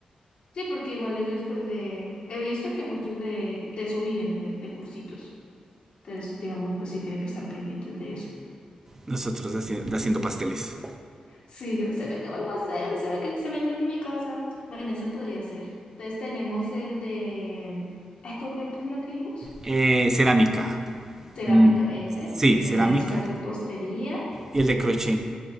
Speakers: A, on the left (about 45°); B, on the right (about 20°).
A: Sí, porque igual ellos, pues de, he visto que muchos de, de eso viven, de, de cursitos. Entonces, digamos, pues sí tienen que estar pendientes de eso.
B: Nosotros haci- haciendo pasteles.
A: Sí, yo, se me acabó el pastel, se me, que- se me incendió mi casa. Bueno, ese podría ser. Entonces tenemos el de, ay, ¿cuál fue el primero que dijimos?
B: Eh, cerámica.
A: cerámica
B: Mm,
A: ese,
B: sí,
A: entonces
B: cerámica.
A: ya después repostería
B: Y el de crochet.